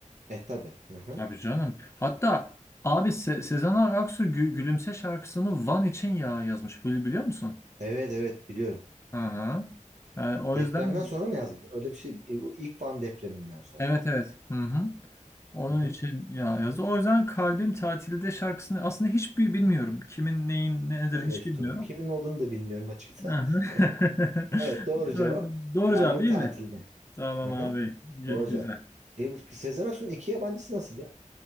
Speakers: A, on the right; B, on the left.
A: E tabii. Hı hı.
B: Tabii canım. Hatta abi Se- Sezen Aksu Gü- Gülümse şarkısını Van için ya yazmış. Bili- Biliyor musun?
A: Evet evet biliyorum.
B: Hı-hı. Yani o
A: Depremden
B: yüzden
A: sonra mı yazdı? Öyle bir şey. E, bu ilk Van depreminden sonra.
B: Evet evet. Hı hı. Onun
A: Hı hı.
B: için ya yazı. O yüzden Kalbim Tatilde şarkısını aslında hiç bi- bilmiyorum. Kimin neyin nedir
A: Ben
B: hiç
A: de hiç
B: bilmiyorum.
A: Kimin olduğunu da bilmiyorum açıkçası.
B: Hı hı.
A: <laughs>
B: <laughs>
A: Evet doğru cevap.
B: O yüzden Doğru
A: Kalbim
B: cevap değil
A: tatilde.
B: mi? Tamam
A: Aha,
B: abi. Gü-
A: doğru
B: Güzel.
A: cevap. E, bu Sezen Aksu'nun iki yabancısı nasıl ya?